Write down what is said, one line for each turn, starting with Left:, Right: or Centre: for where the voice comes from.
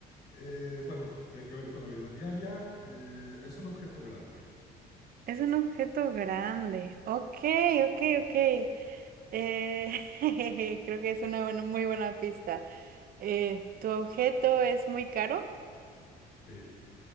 Left: Eh, bueno, tiene que ver con la vida diaria. Eh, es un objeto grande.
Right: Es un objeto grande. Ok, ok, ok. Eh, <laughs> creo que es una buena- muy buena pista. Eh, ¿tu objeto es muy caro?
Left: Sí,